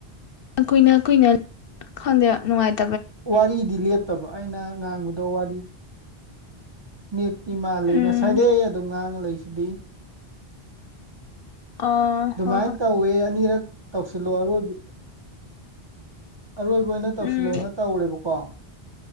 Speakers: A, on the left; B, on the right.
A: ꯀꯨꯏꯅ ꯀꯨꯏꯅ ꯈꯪꯗꯦ ꯅꯨꯡꯉꯥꯏꯇꯦ
B: ꯋꯥꯔꯤꯗꯤ ꯂꯦꯞꯇꯕ ꯑꯩꯅ ꯉꯥꯡꯕꯗꯣ ꯋꯥꯔꯤ ꯅꯦꯠꯇꯤ ꯃꯥꯜꯂꯤ
A: ꯎꯝ
B: ꯉꯁꯥꯏꯗꯩ ꯑꯗꯨꯝ ꯉꯥꯡꯉ ꯂꯩꯁꯤꯗꯤ
A: ꯑꯣ
B: ꯑꯗꯨꯃꯥꯏꯅ
A: ꯍꯣꯏ ꯍꯣꯏ
B: ꯇꯧꯋꯦ ꯑꯅꯤꯔꯛ ꯇꯧꯁꯤꯜꯂꯣ ꯑꯔꯣꯏꯕꯨ ꯑꯔꯣꯏꯕ ꯑꯣꯏꯅ ꯇꯧꯁꯤꯜꯂꯣꯅ
A: ꯎꯝ
B: ꯇꯧꯔꯦꯕꯀꯣ